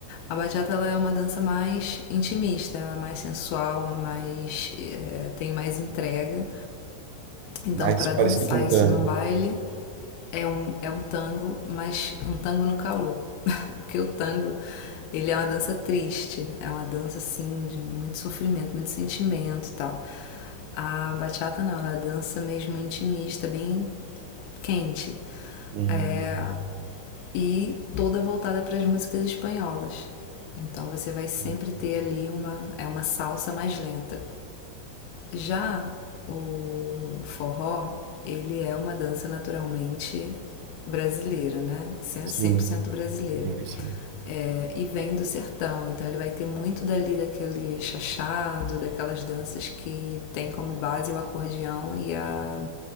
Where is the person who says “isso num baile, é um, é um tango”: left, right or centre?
Left